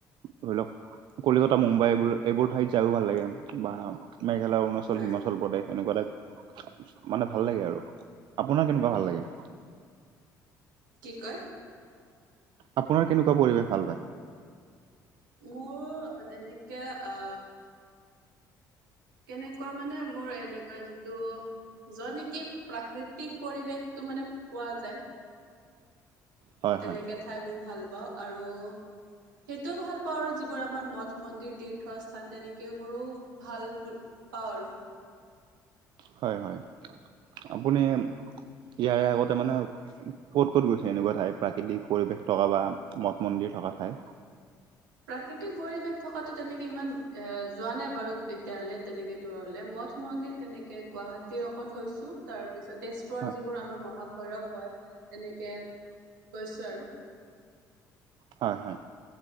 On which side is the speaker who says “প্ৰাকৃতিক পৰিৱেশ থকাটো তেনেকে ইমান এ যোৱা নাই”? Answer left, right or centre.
Right